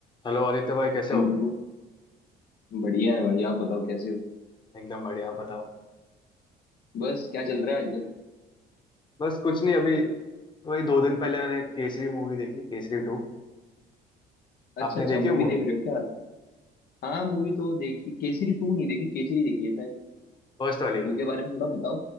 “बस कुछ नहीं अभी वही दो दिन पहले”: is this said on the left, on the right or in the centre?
Left